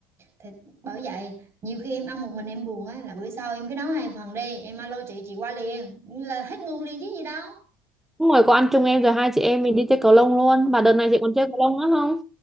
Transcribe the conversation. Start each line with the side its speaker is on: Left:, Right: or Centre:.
Right: Thì bởi vậy nhiều khi em ăn một mình em buồn á Là bữa sau em cứ nấu hai phần đi Em alo chị chị qua liền Là hết buồn liền chứ gì đâu
Centre: Đúng rồi, có anh chung em rồi hai chị em mình đi chơi cầu lông luôn. Mà đợt này chị còn chơi cầu lông nữa không?